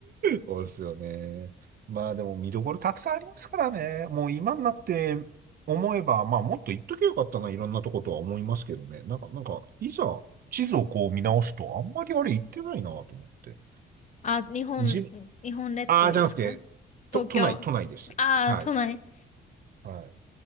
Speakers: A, on the right (about 50°); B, on the left (about 35°).
A: そうですよね。まあでも見どころたくさんありますからね。もう今になって思えば、まあもっと言っときゃよかったな、いろんなとことは思いますけどね。なんか、なんか、いざ地図をこう見直すと、あんまりあれ言ってないなと思って。
B: あ、日本、
A: 自分、
B: 日本列島ですか
A: ああ、じゃなくて、
B: 東京。
A: と、都内、
B: あ
A: 都内です。はい。
B: あ、都内。
A: はい。